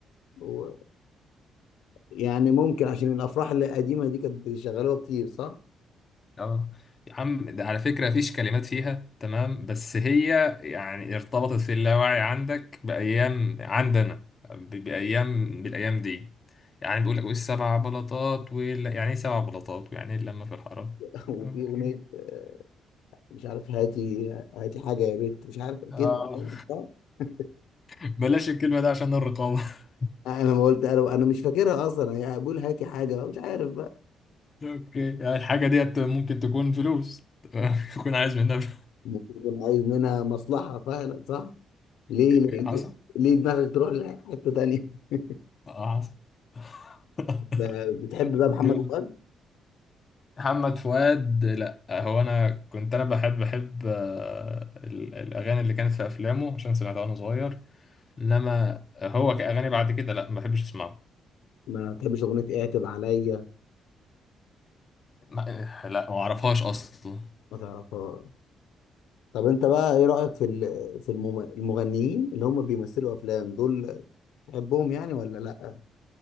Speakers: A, on the left (about 80°); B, on the left (about 35°).
A: و- يعني ممكن عشان الافراح القديمه دي كانت بيشغلوها كتير صح
B: اه يا عم ده على فكرة مفيش كلمات فيها تمام بس هي يعني ارتبطت في اللاوعي عندك بأيام عندنا ب- بأيام بالأيام دي يعني بيقول لك والسبع بلاطات وال... يعني ايه سبع بلاطات يعني ايه اللمة في الحرام
A: <laughs> وفي
B: اوكي
A: اغنيه آه، مش عارف هاتي هاتي حاجه يا بنت مش عارف كده
B: اه
A: صح <laughs>
B: <laughs> بلاش الكلمة ده عشان الرقابة <laughs>
A: انا ما قلت انا أنا مش فاكرها اصلا هي بقول هاتي حاجه مش عارف
B: اوكي يعني الحاجة ديت ممكن تكون فلوس تكون <laughs> عايز منها فلوس
A: ممكن يكون عايز منها مصلحة فعلا صح؟ ليه
B: <laughs>
A: ليه,
B: حصل
A: ليه دماغك تروح لحتة تانية؟ <laughs>
B: اه حصل <laughs>
A: ب- بتحب بقى
B: جامد.
A: محمد فؤاد؟
B: محمد فؤاد لا هو انا كنت انا بحب بحب آه، ال- الاغاني اللي كانت في افلامه عشان سمعتها وانا صغير انما هو كاغاني بعد كده لا ما بحبش اسمعه
A: ما بتحبش أغنية اعتب عليا
B: ما- لا ما اعرفهاش اصلا
A: ما تعرفهاش طب أنت بقى إيه رأيك في ال- في المم- المغنيين اللي هم بيمثلوا أفلام دول بتحبهم يعني ولا لأ؟